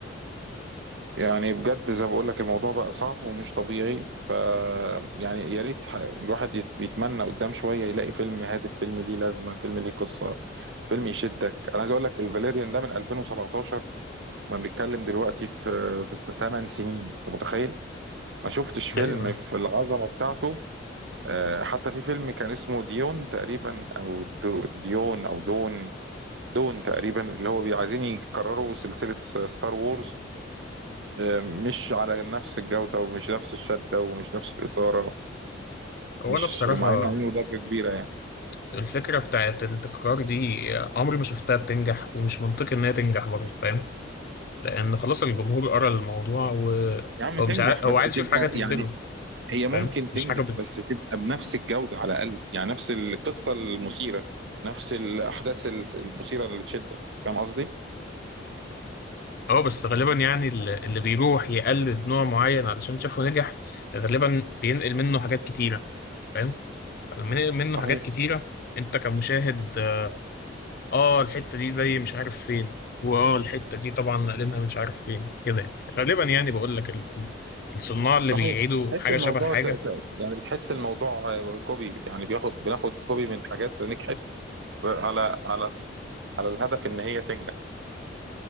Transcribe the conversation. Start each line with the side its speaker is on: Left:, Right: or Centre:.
Right: يعني بجد زي ما بقول لك الموضوع بقى صعب ومش طبيعي ف يعني يا ريت ح- الواحد يت- بيتمنى قدام شويه يلاقي فيلم هادف فيلم ليه لازمه فيلم ليه قصه فيلم يشدك انا عايز اقول لك الفاليريان ده من 2017 احنا بنتكلم دلوقتي في في 8 سنين انت متخيل ما شفتش فيلم
Left: ايوه
Right: في العظمه بتاعته آه، حتى في فيلم كان اسمه ديون تقريبا او دو- ديون او دون دون تقريبا اللي هو بي- عايزين يكرروا سلسله ستار وورز آه، مش على نفس الجودة ومش نفس الشدة ومش نفس الإثارة
Left: هو
Right: مش
Left: انا بصراحه
Right: مع إنه عملوا ضجة كبيرة يعني
Left: الفكره بتاعت التكرار دي عمري ما شفتها بتنجح ومش منطقي ان هي تنجح برضو فاهم لان خلاص الجمهور قرا الموضوع وهو
Right: يا عم تنجح
Left: مش عا...
Right: بس
Left: هو عايز
Right: تبقى
Left: يشوف حاجه تهبله
Right: يعني هي ممكن
Left: فاهم
Right: تنجح
Left: مش حاجه
Right: بس تبقى بنفس الجودة على الأقل يعني نفس القصة المثيرة نفس الأحداث المثيرة اللي تشدك فاهم قصدي؟
Left: اه بس غالبا يعني ال- اللي بيروح يقلد نوع معين علشان شافه نجح غالبا بينقل منه حاجات كتيرة فاهم لما ينقل منه
Right: صحيح
Left: حاجات كتيرة انت كمشاهد اه آه، الحتة دي زي مش عارف فين واه الحتة دي طبعا نقلنها مش عارف فين كده يعني. غالبا يعني بقول لك ال- ال- الصناع اللي
Right: صحيح
Left: بيعيدوا
Right: تحس
Left: حاجة
Right: الموضوع
Left: شبه حاجة
Right: ت... ت... يعني بتحس الموضوع آه، كوبي يعني بياخد بناخد كوبي من حاجات نجحت على على على الهدف إن هي تنجح